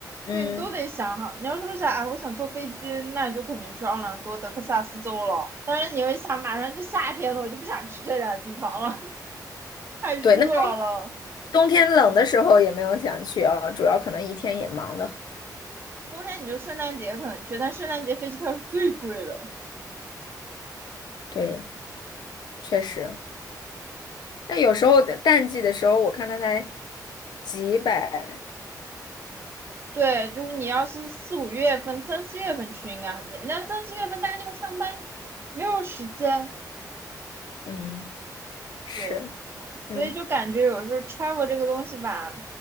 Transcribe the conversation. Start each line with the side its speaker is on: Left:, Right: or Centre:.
Left: 嗯，
Right: 对你都得想好。你要说想，哎，我想坐飞机，那就肯定去奥兰多、德克萨斯州了。但是你又想，马上就夏天了，我就不想去这两个地方了，<laughs> 太热了。
Left: 对。那冬冬天冷的时候也没有想去啊，主要可能一天也忙的。
Right: 冬天你就圣诞节可能去，但圣诞节飞机票是最贵的。
Left: 对，确实。那有时候淡季的时候，我看他才几百，
Right: 对，就是你要是四五月份、三四月份去应该很便宜，但三四月份大家又上班，没有时间，
Left: 嗯，是。
Right: 对，所以就感觉有时候
Left: 嗯，
Right: travel 这个东西吧，